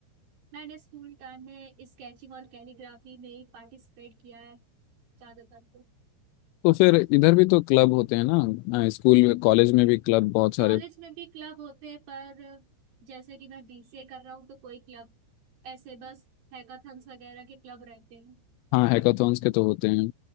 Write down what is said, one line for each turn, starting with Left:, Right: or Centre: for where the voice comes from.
Right: मैंने स्कूल टाइम में स्केचिंग और कैलीग्राफी में ही पार्टिसिपेट किया है ज्यादातर तो
Left: तो फिर इधर भी तो क्लब होते हैं ना अ, स्कूल में कॉलेज में भी क्लब बहुत सारे
Right: कॉलेज में भी क्लब होते हैं पर जैसे कि मैं बीसीए कर रहा हूँ तो कोई क्लब ऐसे बस हैकाथन्स वगैरह के क्लब रहते हैं
Left: हाँ हैकाथॉन्स के तो होते हैं